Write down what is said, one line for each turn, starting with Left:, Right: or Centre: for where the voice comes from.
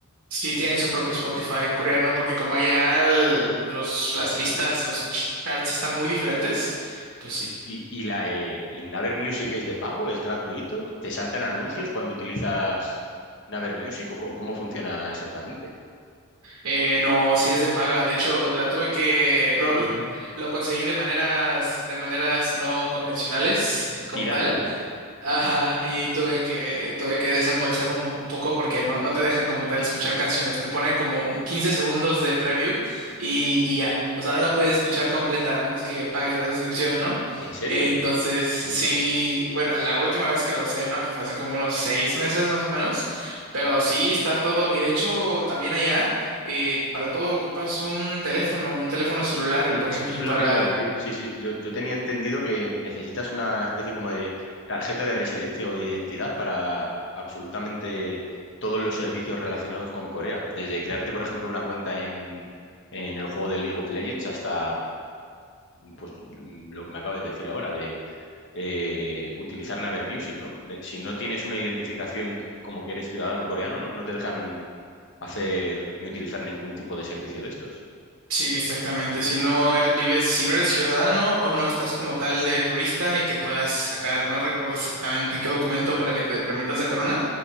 Right: Sí tienen su propio Spotify coreano, porque como allá el- los, las listas,
Left: ¿no?
Right: los charts están muy diferentes, pues sí.
Left: Y, y la, eh, el Naver Music es de pago, es gratuito. ¿Te saltan anuncios cuando utilizas Naver Music? ¿O co- cómo funciona exactamente?
Right: Eh, no, sí es de paga. De hecho, la tuve que lo, lo lo conseguí de maneras de maneras no convencionales como
Left: Piratas,
Right: tal.
Left: ¿no?
Right: Ajá, y tuve que, tuve que desembolsar un, po- un poco porque no, no te dejan como tal escuchar canciones, te ponen como un 15 segundos de preview y, y ya, o sea, no la puedes escuchar completa a menos que pagues la suscripción, ¿no?
Left: ¿En serio?
Right: Entonces,
Left: Ni-
Right: sí,
Left: Anda.
Right: bueno, la última vez que la usé, ¿no? Que fue hace como unos seis meses más o menos, pero sí está todo, y de hecho también allá, eh, para todo ocupas un teléfono, un teléfono celular,
Left: Sí,
Right: por
Left: eso
Right: ejemplo,
Left: eso es
Right: para
Left: lo que te iba a decir. Sí, sí, yo, yo tenía entendido que necesitas una especie como de tarjeta de residencia o de identidad para absolutamente todos los servicios relacionados con Corea. Desde crearte, por ejemplo, una cuenta en, en el juego de League of Legends hasta pues, mm, lo que me acabas de decir ahora, de eh, utilizar Naver Music, ¿no? De- Si no tienes una identificación como que eres ciudadano coreano, ¿no? No te dejan hacer ni utilizar ningún tipo de servicio de estos.
Right: Sí, exactamente. Si no eres, vives, si no eres ciudadano o no estás como tal de turista y que puedas sacar, no recuerdo exactamente qué documento para que te permitan sacar una.